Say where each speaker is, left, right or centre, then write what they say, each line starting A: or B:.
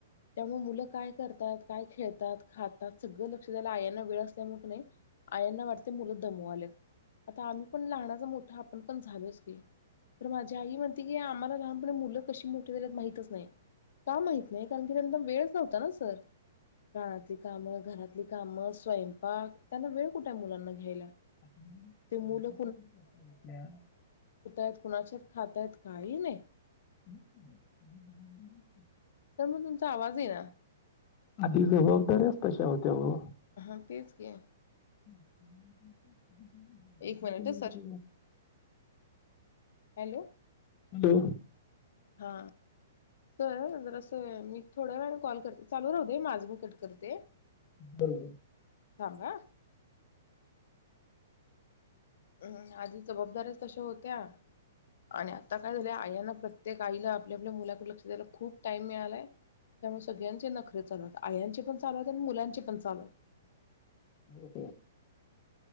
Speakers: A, on the left; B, on the left.
A: त्यामुळ मुलं काय करतात. काय खेळतात खातात सगळं लक्ष द्यायला आयांना वेळ असल्यामुळे की नाय आयांना वाटत की मुलं दमू आले. आता आम्ही पण लहानाच मोठा पण पण झालोच. <inaudible> तर माझी आई म्हणती की, आम्हाला लहानपणी मुलं कशी मोठी झालीत माहितच नाही. का माहित नाही कारण की त्यांना वेळ नव्हता ना सर प्रहातिल कामं घरातली कामं स्वयंपाक त्यांना वेळ कुठय मुलांना घ्यायला.
B: आपल्या
A: ते मुलं कुणाच्याच खात्यात काही नाही.
B: ह <inaudible> <inaudible>
A: सर म तुमचा आवाज येआ
B: आधी जबाबदार्‍या तश्या होत्या हो.
A: हा तेच ग.
B: <inaudible> <inaudible>
A: एक मिनिट सर हॅलो
B: हॅलो
A: हा सर जरास मी थोड्या वेळाने कॉल करते चालू राहू दे माझ मी कट करते.
B: बरोबर
A: हाहा. अम आधी जबाबदार्‍याच तशा होत्या आणि आता काय झालय आयांना प्रत्येक आईला आपल्या आपल्या मुलाकडे लक्ष द्यायला खूप टाइम मिळालाय. त्यामुळे सगळ्यांचे नखरे चालू आहे. आयांचे पण चालूयेत अन मुलांचे पण चालूयेत.
B: मोठा